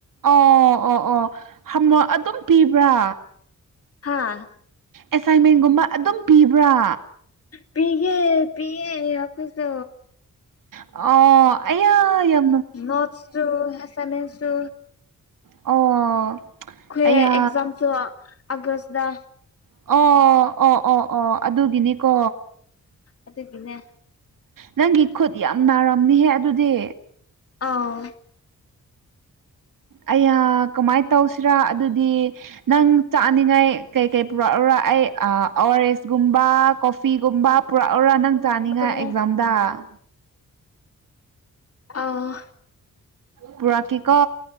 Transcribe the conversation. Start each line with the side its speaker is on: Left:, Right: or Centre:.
Right: ꯑꯣ ꯑꯣ ꯑꯣ ꯍꯣꯝꯋꯥꯛ ꯑꯗꯨꯝ ꯄꯤꯕ꯭ꯔꯥ
Left: ꯍꯥꯥ
Right: ꯑꯦꯁꯥꯏꯟꯃꯦꯟꯒꯨꯝꯕ ꯑꯗꯨꯝ ꯄꯤꯕ꯭ꯔꯥ
Left: ꯄꯤꯒꯦ ꯄꯤꯌꯦ ꯑꯩꯈꯣꯏꯁꯨ
Right: ꯑꯣ ꯑꯌꯥꯌ
Left: ꯅꯣꯠꯁꯨ ꯑꯦꯁꯥꯏꯟꯃꯦꯟꯁꯨ
Right: ꯑꯣ
Left: ꯈꯣꯏ
Right: ꯑꯌꯥ
Left: ꯑꯦꯛꯖꯥꯝ ꯁꯨ ꯑꯒ꯭ꯔꯁꯇ
Right: ꯑꯣ ꯑꯣ ꯑꯣ ꯑꯣ ꯑꯗꯨꯒꯤꯅꯤꯀꯣ
Left: ꯑꯗꯨꯒꯤꯅꯦ
Right: ꯅꯪꯒꯤ ꯈꯨꯠ ꯌꯥꯝ ꯅꯥꯔꯝꯅꯤꯍꯦ ꯑꯗꯨꯗꯤ
Left: ꯑꯥꯎ
Right: ꯑꯩꯌꯥ ꯀꯃꯥꯏ ꯇꯧꯁꯤꯔꯥ ꯑꯗꯨꯗꯤ ꯅꯪ ꯆꯥꯅꯤꯡꯉꯥꯏ ꯀꯩꯀꯩ ꯄꯨꯔꯛꯎꯔꯥ ꯑꯩ ꯑꯣꯔꯦꯟꯖꯀꯨꯝꯕ ꯀꯣꯐꯤꯒꯨꯝꯕ ꯄꯨꯔꯛꯎꯔꯥ ꯅꯪ ꯆꯥꯅꯤꯡꯉꯥꯏ
Left: ꯑꯗꯨꯅꯦ
Right: ꯑꯦꯛꯖꯥꯝꯗ
Left: ꯑꯥ
Right: ꯄꯨꯔꯥꯛꯀꯦꯀꯣ